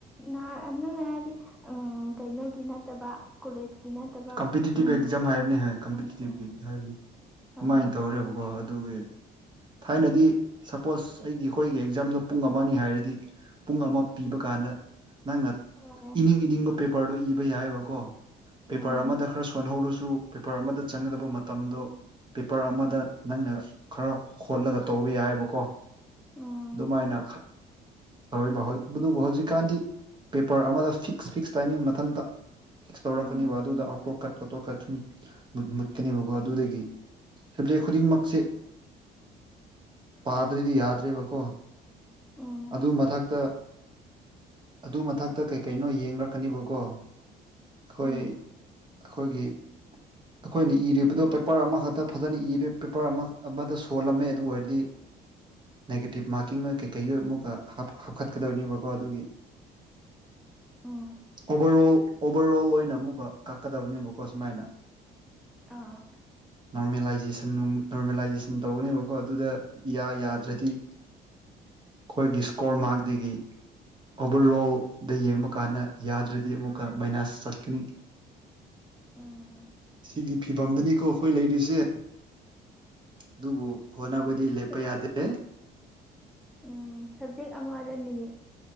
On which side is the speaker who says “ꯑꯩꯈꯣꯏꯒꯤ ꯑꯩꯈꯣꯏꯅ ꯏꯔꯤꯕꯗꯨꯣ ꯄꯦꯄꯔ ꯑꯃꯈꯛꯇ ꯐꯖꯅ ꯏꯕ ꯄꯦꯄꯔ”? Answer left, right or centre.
Right